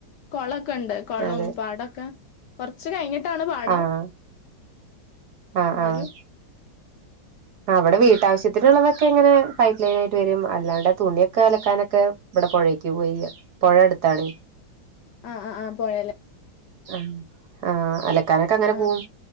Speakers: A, on the left; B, on the right.
A: കൊളൊക്കെ ഇണ്ട്. കൊളം
B: അതെ
A: പാടൊക്കെ കൊറച്ച് കയിഞ്ഞിട്ടാണ് പാടം.
B: ആഹ് ആഹ്.
A: എന്നാലും
B: ആഹ്. ആഹ് ഇവിടെ വീട്ടാവശ്യത്തിനുള്ളതൊക്കെ ഇങ്ങനെ പൈപ്പ് ലൈൻ ആയിട്ട് വെരും. അല്ലാണ്ട് തുണ്യാെക്കെ അലക്കാനൊക്കെ ഇവിടെ പൊഴേക്ക് പോയില്ല. പൊഴ അടുത്താണെ.
A: ആഹ് ആഹ് ആഹ് പൊയെല്
B: ആ ആ. അലക്കാനൊക്കെ അങ്ങനെ
A: ആഹ്
B: പോവും.